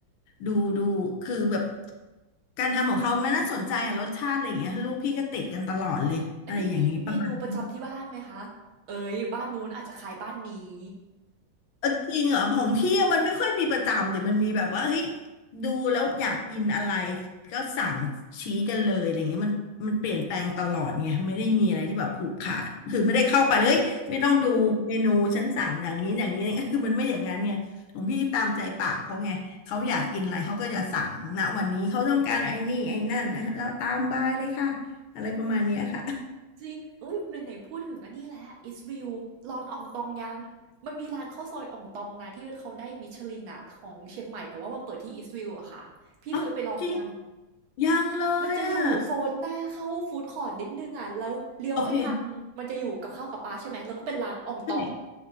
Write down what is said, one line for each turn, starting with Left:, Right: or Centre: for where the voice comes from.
Left: ดูดูคือแบบการทำของเขามันน่าสนใจอะรสชาติอะไรอย่างเงี้ยลูกพี่ก็ติดกันตลอดเลยอะไรอย่างงี้ประมาณนี้
Right: อันนี้มีเมนูประจำที่บ้านไหมคะเอ้ยบ้านนู้นอาจจะขายบ้านนี้
Left: เออจริงเหรอของพี่อะมันไม่ค่อยมีประจำเดี๋ยวมันมีแบบว่าเฮ้ยดูแล้วอยากกินอะไรก็สั่งชี้กันเลยอะไรเงี้ยมันมันเปลี่ยนแปลงตลอดไงไม่ได้มีอะไรที่แบบผูกขาดคือไม่ได้เข้าไปเลยไม่ต้องดูเมนูฉันสั่งอย่างนี้อย่างนี้ <laughs> คือมันไม่อย่างนั้นไงของพี่ตามใจปากเขาไงเขาอยากกินอะไรเขาก็จะสั่งณวันนี้เขาต้องการไอ้นี่ไอ้นั่นนะแล้วตามบายเลยค่ะอะไรประมาณเนี้ยค่ะ
Right: จริงเอ้ยไหนๆพูดถึงอันนี้แล้ว East View ร้านอ่องตองยังมันมีร้านข้าวซอยอ่องตองนะที่เขาได้มิชลินอะของเชียงใหม่แต่ว่ามันเปิดที่ East View อะค่ะพี่เคยไปลองยัง
Left: เอ้าจริงยังเลยอ่ะ
Right: มันจะอยู่โซนหน้าเข้าฟู้ดคอร์ทนิดนึงอะแล้วเลี้ยวไปทางมันจะอยู่กับข้าวกับปลาใช่ไหมแล้วก็เป็นร้านอ่องตอง
Left: โอเคใช่